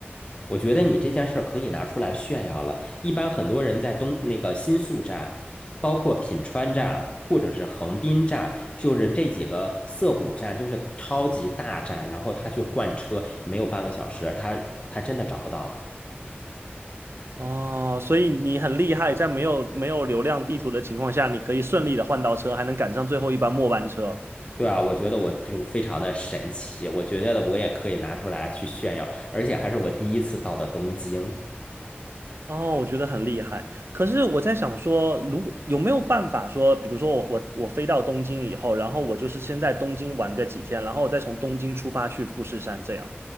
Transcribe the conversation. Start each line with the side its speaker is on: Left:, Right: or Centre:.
Left: 我觉得你这件事儿可以拿出来炫耀了。一般很多人在东那个新宿站，包括品川站或者是横滨站，就是这几个涩谷站，就是超级大站，然后他去换车没有半个小时，他他真的找不到。
Right: 哦，所以你很厉害，在没有没有流量地图的情况下，你可以顺利的换到车，还能赶上最后一班末班车。
Left: 对啊，我觉得我就非常的神奇，我觉得我也可以拿出来去炫耀，而且还是我第一次到的东京。
Right: 哦，我觉得很厉害。可是我在想说，如果有没有办法说，比如说我我我飞到东京以后，然后我就是先在东京玩个几天，然后我再从东京出发去富士山这样。